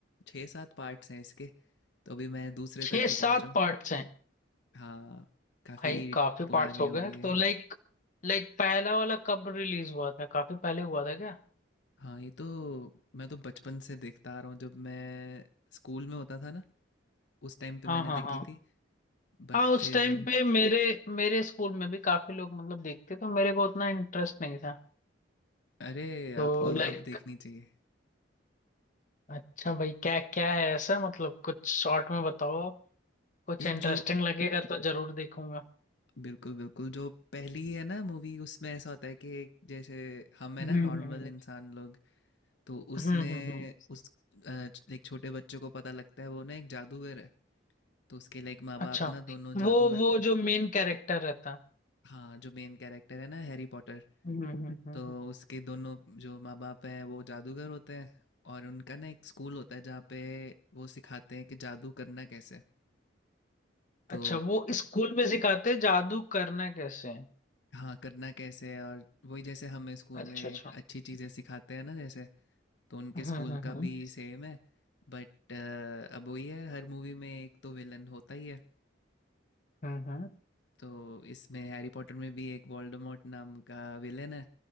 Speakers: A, on the left; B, on the left.
A: छः सात पार्ट्स हैं इसके तो अभी मैं दूसरे
B: छह
A: तक ही पहुंचा
B: सात
A: हूँ
B: पार्ट्स हैं
A: हाँ काफ़ी
B: भाई काफी
A: पुरानी
B: पार्ट्स हो
A: हो
B: गए
A: गई
B: तो
A: है
B: लाइक लाइक पहला वाला कब रिलीज हुआ था काफी पहले हुआ था क्या
A: हाँ ये तो मैं तो बचपन से देखता आ रहा हूँ जब मैं स्कूल में होता था ना उस टाइम पे
B: हाँ
A: मैंने
B: हाँ
A: देखी
B: हाँ
A: थी बट
B: हाँ उस
A: फिर
B: टाइम पे मेरे मेरे स्कूल में भी काफी लोग मतलब देखते तो मेरे को उतना इंटरेस्ट नहीं था
A: अरे
B: तो
A: आपको
B: लाइक
A: अब देखनी चाहिए
B: अच्छा भाई क्या क्या है ऐसा मतलब कुछ शॉर्ट में बताओ कुछ
A: यार
B: इंटरेस्टिंग
A: जो
B: लगेगा तो जरूर देखूंगा
A: बिल्कुल बिल्कुल जो पहली है ना मूवी उसमें ऐसा होता है कि जैसे हम है
B: हम्म
A: ना नॉर्मल
B: हम्म हम्म
A: इंसान लोग तो
B: हम्म
A: उसमें
B: हम्म हम्म।
A: उस अ, एक छोटे बच्चे को पता लगता है वो ना एक जादूगर है तो उसके लाइक माँ बाप
B: अच्छा
A: ना दोनों जादूगर
B: वो वो
A: थे
B: जो मेन कैरेक्टर रहता है
A: हाँ जो मेन कैरेक्टर है ना हैरी पॉटर
B: हम्म हम्म, हम्म,
A: तो
B: हम्म।
A: उसके दोनों जो माँ बाप हैं वो जादूगर होते हैं और उनका ना एक स्कूल होता है जहाँ पे वो सिखाते हैं कि जादू करना कैसे तो
B: अच्छा वो स्कूल में सिखाते हैं जादू करना कैसे है
A: हाँ करना कैसे है और वही जैसे हमें स्कूल
B: अच्छा
A: में
B: अच्छा
A: अच्छी चीज़ें सिखाते हैं ना जैसे तो उनके
B: हम्म
A: स्कूल
B: हम्म
A: का
B: हम्म
A: भी सेम है बट अब वही है हर मूवी में एक तो विलन होता ही है
B: हम्म हम्म।
A: तो इसमें हैरी पॉटर में भी एक वोल्डेमॉर्ट नाम का विलन है